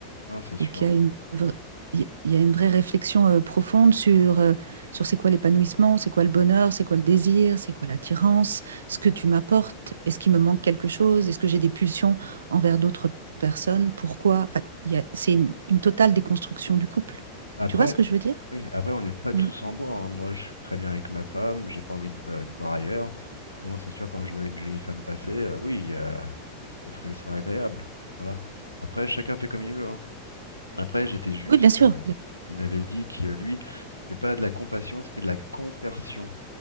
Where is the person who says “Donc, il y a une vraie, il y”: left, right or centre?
Right